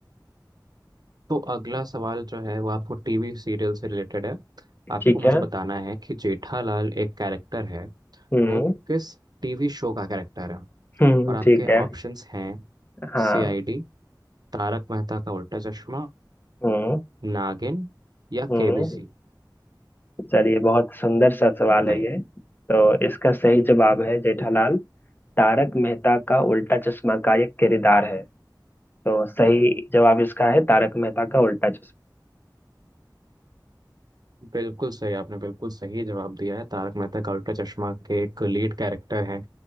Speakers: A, on the right; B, on the left.
A: तो अगला सवाल जो है वो आपको टीवी सीरियल से रिलेटेड है आपको
B: ठीक
A: मुझे
B: है
A: बताना है कि जेठालाल एक कैरेक्टर है
B: हम्म
A: वो किस टीवी शो का कैरेक्टर है
B: हम्म
A: और आपके
B: ठीक है
A: ऑप्शंस हैं
B: हाँ
A: सीआईडी तारक मेहता का उल्टा चश्मा
B: हम्म
A: नागिन या
B: हम्म
A: केबीसी
B: चलिए बहुत सुंदर सा सवाल
A: बताइए
B: है ये तो इसका सही जवाब है जेठालाल तारक मेहता का उल्टा चश्मा का एक किरदार है तो सही जवाब इसका है तारक मेहता का उल्टा चश्मा
A: बिल्कुल सही आपने बिल्कुल सही जवाब दिया है तारक मेहता का उल्टा चश्मा के एक लीड कैरेक्टर हैं